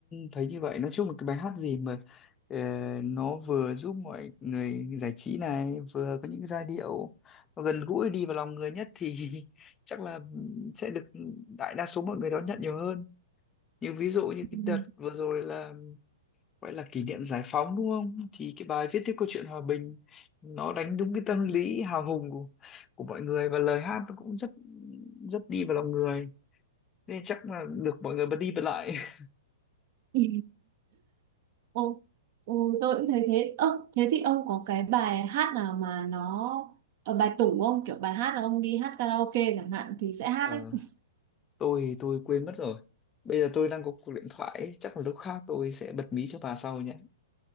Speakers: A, on the left; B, on the right.
A: thấy như vậy nói chung là cái bài hát gì mà ờ, nó vừa giúp mọi người giải trí này vừa có những giai điệu nó gần gũi đi vào lòng người nhất thì <laughs> chắc là sẽ được đại đa số mọi người đón nhận nhiều hơn như ví dụ như
B: <laughs>
A: cái đợt vừa rồi là gọi là kỷ niệm giải phóng đúng không thì cái bài viết tiếp câu chuyện hòa bình nó đánh đúng cái tâm lý hào hùng của, của mọi người và lời hát nó cũng rất rất đi vào lòng người nên chắc là được mọi người bật đi bật lại <laughs>
B: Ừ. Ồ, ồ, tôi cũng thấy thế. Ơ, thế thì ông có cái bài hát nào mà nó ờ, bài tủ không? Kiểu bài hát là ông đi hát karaoke chẳng hạn thì sẽ hát
A: Ờ,
B: ấy.
A: tôi tôi quên mất rồi bây giờ tôi đang có cuộc điện thoại ấy, chắc là lúc khác tôi sẽ bật mí cho bà sau nhé